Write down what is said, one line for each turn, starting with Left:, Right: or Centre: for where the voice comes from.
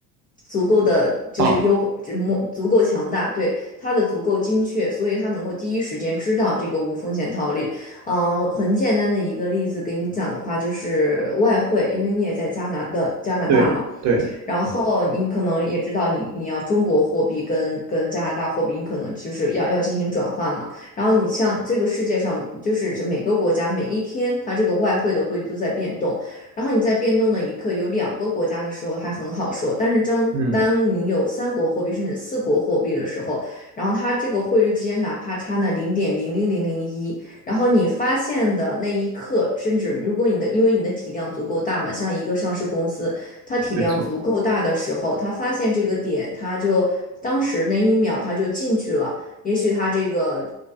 Left: 足够的就是优，
Right: 大，
Left: 这模足够强大，对，它的足够精确，所以它能够第一时间知道这个无风险套利。呃，很简单的一个例子给你讲的话，就是外汇，因为你也在加拿的加拿大嘛。
Right: 对对，
Left: 然后你可能也知道你，你要中国货币跟跟加拿大货币，你可能就是要要进行转换嘛。然后你像这个世界上，就是每个国家每一天，它这个外汇的汇率都在变动。然后你在变动的一刻，有两个国家的时候还很好说，但是当当你有三国货币甚至四国货币的时候，
Right: 嗯，
Left: 然后它这个汇率之间哪怕差那零点零零零零一，然后你发现的那一刻，甚至如果你的因为你的体量足够大嘛，像一个上市公司。他体量足够大的时候，
Right: 没错。
Left: 他发现这个点，他就当时那一秒他就进去了。也许他这个